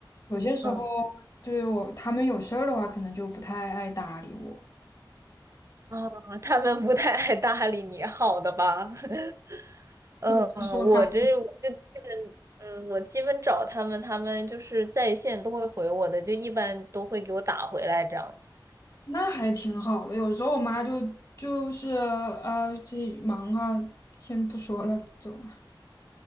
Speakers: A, on the left; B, on the right.
A: 有些时候，
B: 嗯，
A: 就是我他们有事儿的话，可能就不太爱搭理我。
B: 啊，他们不太爱搭理你，好的吧？<laughs> 嗯，
A: 就比如说刚，
B: 我这我就基本，嗯，我基本找他们，他们就是在线都会回我的，就一般都会给我打回来这样子。
A: 那还挺好的。有时候我妈就就是啊，这忙哈，先不说了，走。